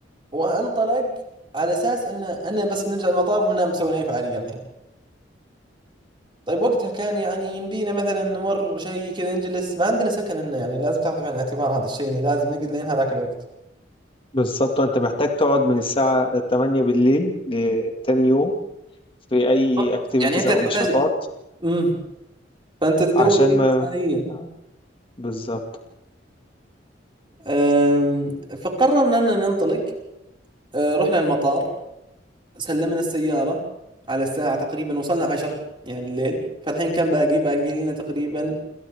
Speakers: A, on the right (about 25°); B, on the left (about 30°).
A: وانطلق على اساس ان انا بس نرجع المطار ما مسويين اي فعالية الحين طيب وقتها كان يعني يمدينا مثلا نمر شيء كذا نجلس ما عندنا سكن انه يعني لازم تاخذ في الاعتبار هذا الشيء انه لازم نقعد لين هذاك الوقت
B: بالظبط انت محتاج تقعد من الساعة 8 بالليل لتاني يوم في اي
A: بالضبط
B: اكتيفيتيز
A: يعني انت
B: او
A: تحتاج
B: نشاطات
A: امم فانت تدور
B: عشان
A: أي
B: ما
A: فعالية
B: آه. بالظبط
A: أم، فقررنا أننا ننطلق أه، رحنا المطار سلمنا السيارة على الساعة تقريبا وصلنا عشر يعني الليل فالحين كان باقي باقي لنا تقريبا